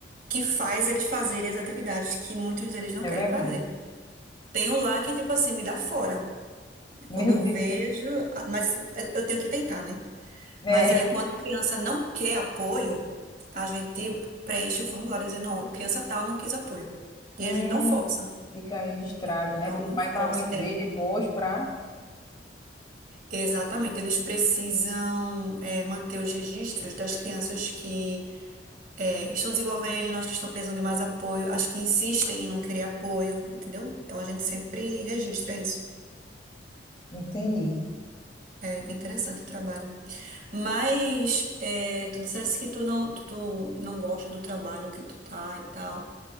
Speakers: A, on the right; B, on the left.
A: que faz eles fazerem as atividades que muitos deles não
B: é
A: querem
B: verdade.
A: fazer. Tem um lá que, tipo assim, me dá fora.
B: Meu
A: Quando eu
B: Deus,
A: vejo, ah, mas assim, eh, eu tenho que tentar, né?
B: né?
A: Mas aí, quando a criança não quer apoio, a gente preenche um formulário dizendo, ó, criança tal não quis apoio. E
B: Hum,
A: a gente não força,
B: fica registrado,
A: né?
B: né?
A: Não,
B: Para
A: não
B: o pai
A: força.
B: e para a mãe ver
A: É,
B: depois, para.
A: Exatamente, eles precisam eh, manter os registros das crianças que eh, estão desenvolvendo, as que estão precisando de mais apoio, as que insistem em não querer apoio, entendeu? Então a gente sempre registra isso.
B: Entendi.
A: É interessante o trabalho. Mas eh, tu dissesse que tu não, tu não gosta do trabalho que tu tá e tal.